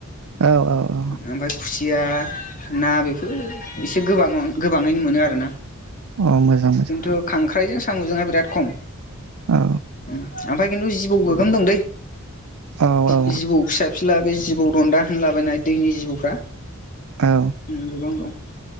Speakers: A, on the right (about 85°); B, on the left (about 35°).
A: औ औ औ
B: ओ ओमफाय खुसिया ना बेफोरो एसे गोबां गोबाङैनो मोनो आरोना।
A: औ मोजां मोजां
B: खिन्थु खांख्रायजों सा साम'जोंय बिराद खम।
A: औ
B: उम ओमफाय किन्तु जि जिबौ गोगोम दं दै ।
A: औ
B: जि
A: औ
B: जिबौ फिसा फिला बे जि जिबौ दन्दा होनलाबायनाय दैनि जिबौफ्रा
A: औ
B: <unintelligible>